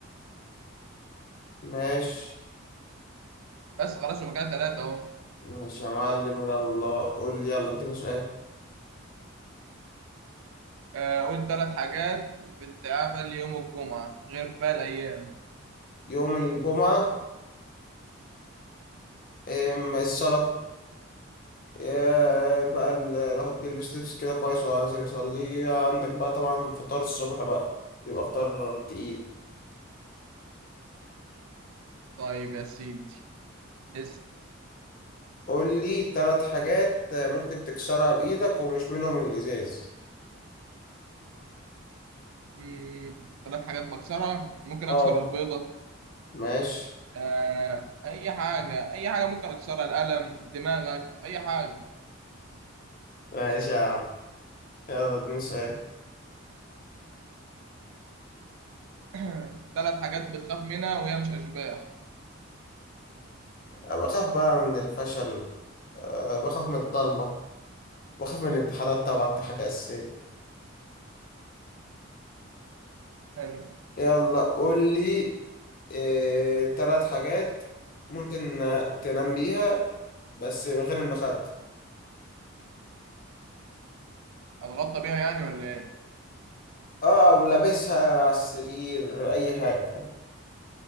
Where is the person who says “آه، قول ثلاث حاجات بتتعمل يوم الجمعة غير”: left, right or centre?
Right